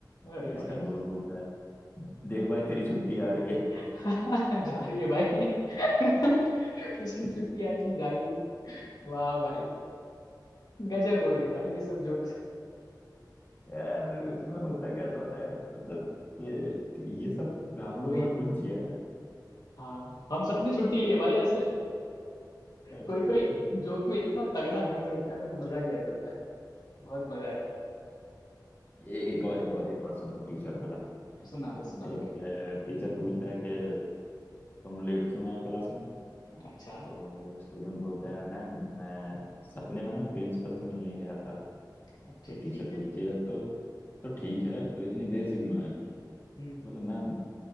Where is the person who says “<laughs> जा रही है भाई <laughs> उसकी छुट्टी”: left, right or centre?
Left